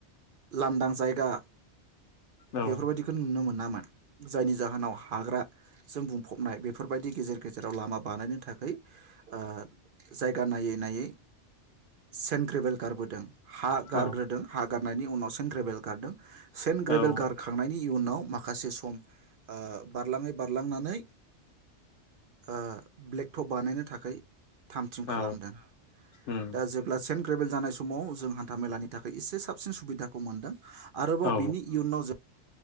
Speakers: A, on the right (about 60°); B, on the left (about 75°).
A: लान्दां जायगा
B: औ
A: बेफोरबायदिखौ नुनो मोनामोन जायनि जाहोनाव हाग्रा जों बुंफबनाय बेफोरबायदि गेजेर गेजेराव लामा बानायनो थाखै ओ जायगा नायै नायै सेन्ट ग्रेबेल गारबोदों हा गारग्रोदों
B: औ
A: हा गारनायनि उनाव सेन्ट ग्रेबेल गारदों सेन्ट
B: औ
A: ग्रेबेल गारखांनायनि उनाव माखासे सम ओ बारलाङै बारलांनानै ओ ब्लेक टक बानायनो थाखै थामथिम खालामदों
B: औ उम
A: दा जेब्ला सेन्ट ग्रेबेल जानाय स समाव जों हान्था मेलानि थाख एसे साबसिन सुबिदाखौ मोनदों आरोबाव
B: औ
A: बिनि इयुनाव जों